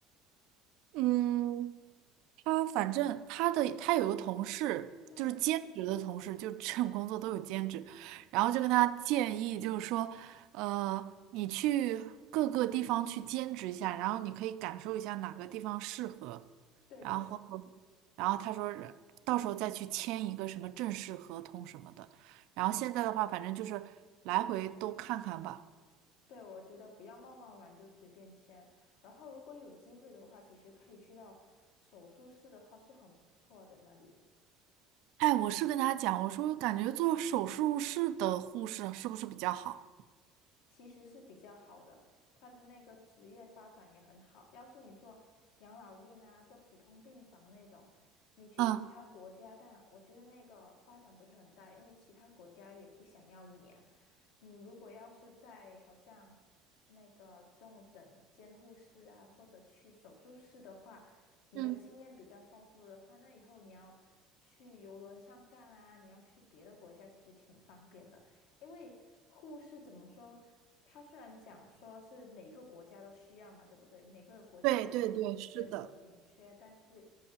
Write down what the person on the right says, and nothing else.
嗯，他反正他的他有个同事，
就是兼职的同事，就 <laughs> 这种工作都有兼职，然后就跟他建议，就是说，呃，你去各个地方去兼职一下，然后你可以感受一下哪个地方适合，
然后，然后他说是到时候再去签一个什么正式合同什么的，然后现在的话，反正就是来回都看看吧。
哎，我是跟他讲，我说感觉做手术室的护士是不是比较好？
嗯。
嗯。
对对对，是的，